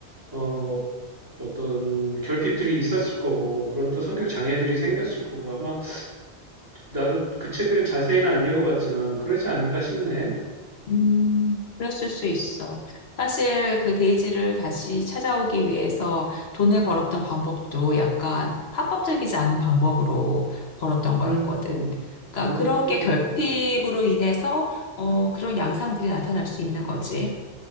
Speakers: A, on the right; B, on the left.
A: 어 어떤 결핍들이 있었을 거고 그런 또 성격 장애들이 생겼을 거고 아마 나도 그 책을 자세히는 안 읽어봤지만 그러지 않을까 싶네.
B: 음, 그랬을 수 있어. 사실 그 데이지를 다시 찾아오기 위해서 돈을 벌었던 방법도 약간 합법적이지 않은 방법으로 벌었던 거였거든.
A: 음, 음.
B: 그러니까
A: 음.
B: 그런 게 결핍으로 인해서 어, 그런 양상들이 나타날 수 있는 거지.